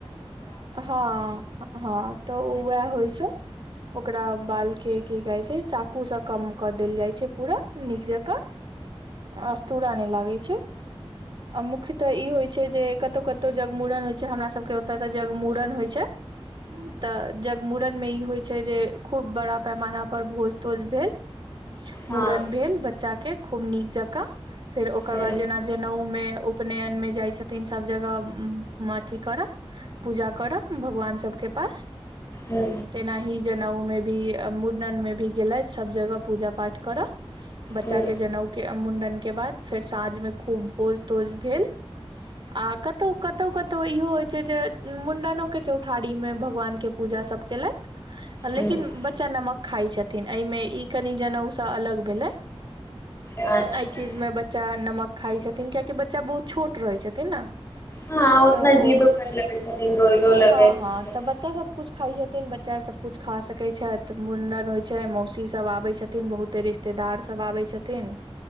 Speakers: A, on the right (about 50°); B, on the left (about 25°).
A: हँ हँ तऽ ओएह होइ छै ओकरा बाल के की कहै छै चाकूसँ कम कऽ देल जाइ छै पूरा नीक जकाँ अस्तुरा नहि लागे छै आ मुख्यतऽ ई होइ छै जे कतहु कतहु जगमूड़न होइ हमरा सबके ओते त जग मुूड़न होइ छै तऽ जगमूड़न मे ई होइ छै जे खूब बड़ा पैमाना पर भोज तोज भेल
B: हँ
A: मूड़न भेल बच्चा के खूब नीक जकाँ फेर ओकर
B: ह
A: बाद जेना जनेउ मे उपनयन मे जाइ छथिन सभ जगह उ मे अथी करऽ पूजा करऽ भगवान सबके पास
B: ह
A: तेनाही जनेउ मे भी मुंडन मे भी गेलथि सब जगह पूजा पाठ करऽ बच्चा
B: ह
A: के जनउ के मुंडन के बाद फेर साँझ मे खूब भोज तोज भेल आ कतहु क कतौ कतौ इहो होय छै जे मुंडनो के छै उठारी मे भगवान के पूजा सब केलथि लेकिन
B: ह
A: बच्चा नमक खाइ छथिन एहिमे ई कनि जनेउ सब अलग भेलै
B: अच्छा
A: एहि चीज मे बच्चा नमक खाइ छथिन कियाकि बच्चा बहुत छोट रहैत छथिन ने
B: हँ उतना
A: तऽ
B: जिदो
A: ओ
B: करे लगे छथिन रोइलो लगे
A: हँ
B: छथिन
A: हँ तऽ बच्चा सब कुछ खाइ जेतै बच्चा सब कुछ खा सकै छथि मुडन होइ छै मौसी सब आबे छथिन बहुते रिश्तेदार सब पाबै छथिन